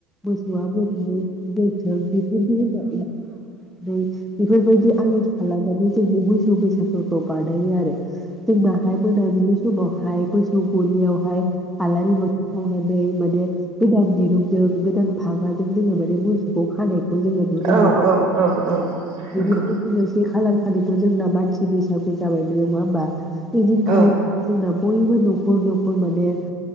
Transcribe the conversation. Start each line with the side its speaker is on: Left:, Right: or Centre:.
Centre: मोसौआ मोजाङै दोनथों बेफोरनि होननानै बेफोरबायदि आर'ज खालामनानै जोंनि मोसौ बैसाग फोरखौ बानायो आरो जोंनाहाय मोनाबिलि समावहाय मोसौ गलियावहाय आलारि बाथि सावनानै माने गोदान दिरुंजों गोदान फागाजों जोङो माने मोसौ खौ खानायखौ जों नुनो
Right: औ
Centre: मोनो
Right: औ औ
Centre: बेनिफ्राय
Right: नंगौ
Centre: गोजासिन खालार खालिथ' जोंना मानसि बैसागु जाबाय नुयो नङा होमबा ऐदिनखालि
Right: औ
Centre: जोंना बयबो न'खर न'खर माने।